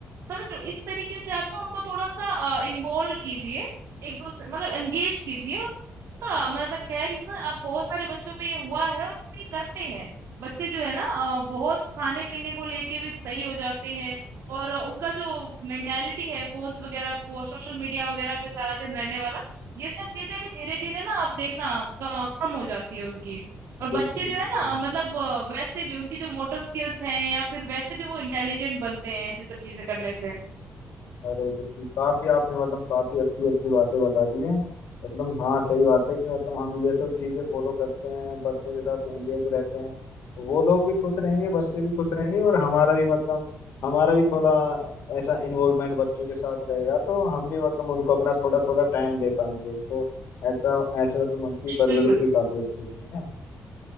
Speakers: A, on the right; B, on the left.
A: समझ रहे हो इस तरीके से आप ना उनको थोड़ा सा इन्वॉल्व कीजिए एक दूसरे मतलब एंगेज कीजिए का मैं मैं कह रही हूँ ना अब बहुत सारे बच्चों पे ये हुआ है और ये करते हैं बच्चे जो है ना अ, बहुत खाने पीने को लेके भी सही हो जाते हैं और अ, उनका जो मेंटेलिटी है फोन्स वगैरह को सोशल मीडिया वगैरह पे सारा दिन रहने वाला ये सब चीजें भी धीरे धीरे ना आप देखना क- कम हो जाती है उनकी और बच्चे
B: बिल्कुल
A: जो
B: बिल्कुल
A: है ना मतलब अ, वैसे भी उनकी जो मोटर स्किल्स हैं या फिर वैसे भी वो इंटेलिजेंट बनते हैं ऐसी सब चीजें करने से
B: अरे बिल्कुल काफी आपने मतलब काफी अच्छी अच्छी बातें बता दी हैं मतलब हाँ सही बात है कि मतलब हम ये सब चीजें फॉलो करते हैं बच्चों के साथ एंगेज रहते हैं तो वो लोग भी खुश रहेंगे बच्चे भी खुश रहेंगे और हमारा भी मतलब हमारा भी थोड़ा ऐसा इन्वॉल्वमेंट बच्चों के साथ रहेगा तो हम भी मतलब उनको अपना थोड़ा थोड़ा टाइम दे पाएंगे तो ऐसा ऐसे मतलब उनकी परवरिश
A: बिल्कुल
B: भी काफी अच्छी होगी है